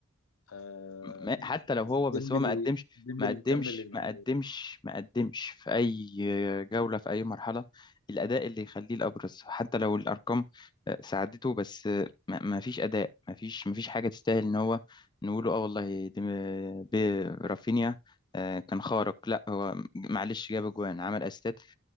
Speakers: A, on the left; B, on the left.
A: آه،
B: ما- حتى لو هو بس
A: ديمبلي
B: هو ما قدمش
A: ديمبلي
B: ما قدمش
A: مكمل النهائي
B: ما قدمش ما قدمش في أي جولة في أي مرحلة الأداء اللي يخليه الأبرز حتى لو الأرقام آه، ساعدته بس آه، ما ما فيش أداء ما فيش ما فيش حاجة تستاهل إن هو نقوله آه والله دي م- ب- رافينيا آه، كان خارق لا هو معلش جاب أجوان عمل أسيستات